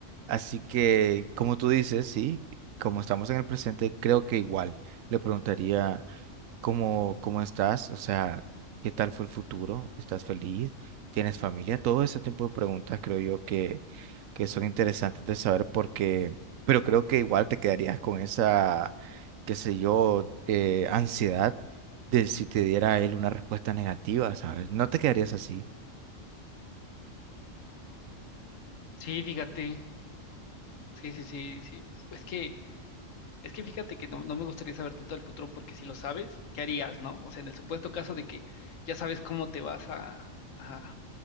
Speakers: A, on the right (about 85°); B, on the left (about 75°).
A: Así que, como tú dices, sí, como estamos en el presente, creo que igual le preguntaría cómo, cómo estás, o sea, qué tal fue el futuro, estás feliz, tienes familia, todo ese tipo de preguntas creo yo que, que son interesantes de saber porque, pero creo que igual te quedarías con esa, qué sé yo, eh, ansiedad de si te diera él una respuesta negativa, ¿sabes? No te quedarías así.
B: Sí, fíjate. Sí, sí, sí, sí. Es que, es que fíjate que no, no me gustaría saber tanto del futuro porque si lo sabes, ¿qué harías, no? O sea, en el supuesto caso de que ya sabes cómo te vas a, a,